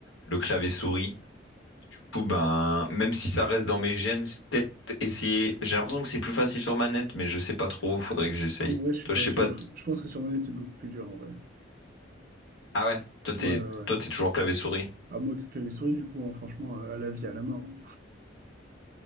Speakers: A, on the left (about 75°); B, on the right (about 45°).
A: le clavier souris. Du coup, ben, même si ça reste dans mes gènes, peut-être essayer. J'ai l'impression que c'est plus facile sur manette, mais je sais pas trop. Faudrait que j'essaye.
B: En vrai, je suis
A: Toi,
B: pas
A: je sais
B: sûr.
A: pas.
B: Je pense que sur manette, c'est beaucoup plus dur en vrai.
A: Ah ouais, toi, t'es,
B: Ouais, ouais, ouais.
A: toi, t'es toujours clavier souris.
B: À moi que clavier souris, du coup, hein, franchement, euh, à la vie, à la mort. hein.